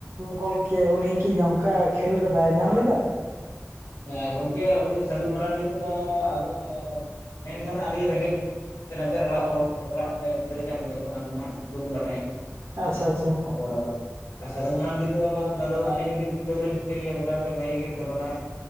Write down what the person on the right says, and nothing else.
ᱜᱚᱝᱠᱮ ᱩᱱᱤ ᱠᱤ ᱱᱚᱝᱠᱟ ᱠᱷᱮᱞ ᱨᱮ ᱫᱟᱣᱮ ᱧᱟᱢ ᱞᱮᱫᱟ?
ᱟᱪᱪᱷᱟ ᱟᱪᱪᱷᱟ